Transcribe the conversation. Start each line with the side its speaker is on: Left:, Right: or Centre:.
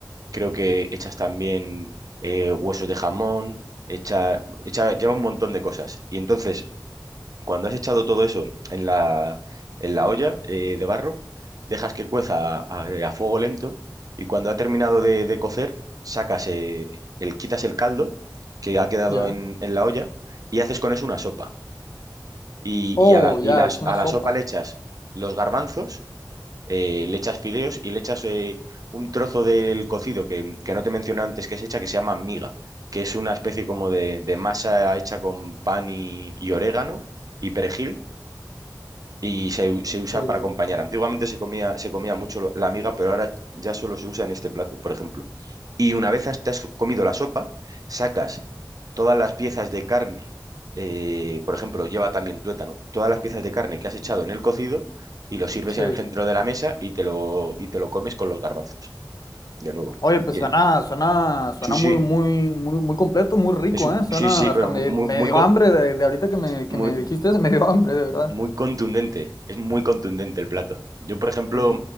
Right: creo que echas también eh, huesos de jamón, echa hecha, lleva un montón de cosas. Y entonces cuando has echado todo eso en la, en la olla eh, de barro, dejas que cueza a, a- fuego lento y cuando ha terminado de, de cocer, sacas eh, el, quitas el caldo que ha quedado
Left: ya.
Right: en, en la olla y haces con eso una sopa. Y, y
Left: Oh,
Right: a la,
Left: ya,
Right: y las-
Left: es una
Right: a
Left: sopa.
Right: la sopa le echas los garbanzos, eh, le echas fideos y le echas eh, un trozo del cocido que, que no te mencioné antes que es hecha, que se llama miga, que es una especie como de, de masa hecha con pan y y orégano y perejil y se, u- se usa
Left: Sí,
Right: para
Left: sí,
Right: acompañar. Antiguamente se comía, se comía mucho lo- la miga, pero ahora ya solo se usa en este plato, por ejemplo. Y una vez has- te has comido la sopa, sacas todas las piezas de carne, eh, por ejemplo, lleva también tuétano, todas las piezas de carne que has echado en el cocido y lo sirves
Left: sí.
Right: en el centro de la mesa y te lo, y te lo comes con los garbanzos, de nuevo.
Left: Oye, pues
Right: Y,
Left: suena,
Right: eh,
Left: suena, suena
Right: sí, sí,
Left: muy, muy, muy, muy completo, muy rico,
Right: es un-
Left: ¿eh? Suena,
Right: sí, sí,
Left: hasta
Right: pero
Left: me,
Right: muy,
Left: me
Right: muy,
Left: dio
Right: co-
Left: hambre de, de ahorita que me,
Right: muy-
Left: que me dijiste eso, <laughs> me dio hambre, de verdad.
Right: Muy contundente, es muy contundente el plato. Yo, por ejemplo,
Left: Sí,